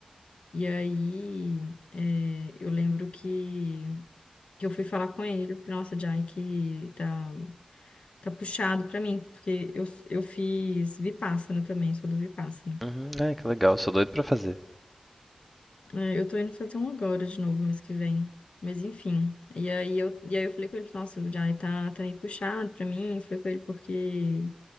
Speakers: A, on the left; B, in the centre.
A: E aí, é, eu lembro que, que eu fui falar com ele, eu falei, nossa, Jai, que tá, tá puxado pra mim, porque eu, eu fiz Vipassana também, sou do Vipassana.
B: Uhum, ai, que legal, sou doido pra fazer.
A: É, eu tô indo fazer um agora de novo mês que vem. Mas enfim. E aí eu, e aí eu falei com ele, nossa, já aí tá, tá meio puxado pra mim. Eu Falei com ele porque.